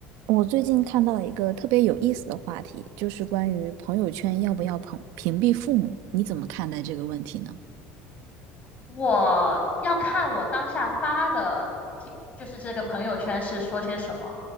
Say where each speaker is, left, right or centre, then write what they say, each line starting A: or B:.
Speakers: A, on the right; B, on the left.
A: 我最近看到一个特别有意思的话题，就是关于朋友圈要不要屏屏蔽父母，你怎么看待这个问题呢？
B: 我要看我当下发的贴就是这个朋友圈是说些什么。